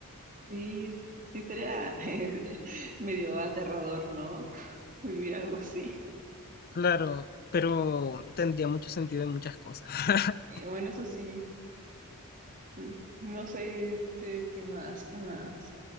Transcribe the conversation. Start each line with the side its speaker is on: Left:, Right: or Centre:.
Right: Sí, sí estaría <laughs> es, medio aterrador, ¿no? Vivir algo así.
Left: Claro, pero tendría mucho sentido en muchas cosas. <laughs>
Right: Eh, bueno, eso sí. Mm, No sé, este, ¿qué más? ¿Qué más?